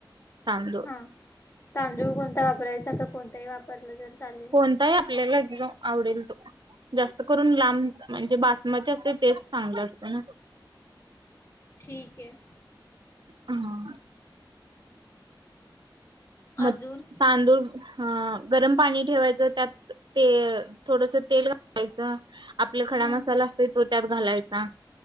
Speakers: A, on the right; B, on the left.
A: तांदूळ
B: हां तांदूळ कोणता वापरायचा का कोणताही वापरलं तर चालेल
A: कोणताही आपल्याला एकदम आवडेल तो. जास्त करून लांब म्हणजे बासमती असते तेच चांगलं असत ना
B: ठीक आहे
A: हम म
B: अजून
A: तांदूळ ह गरम पाणी ठेवायचं त्यात ते थोडस तेल घालायचं आपला खडा
B: हम्म
A: मसाला असतोय तो त्यात घालायचा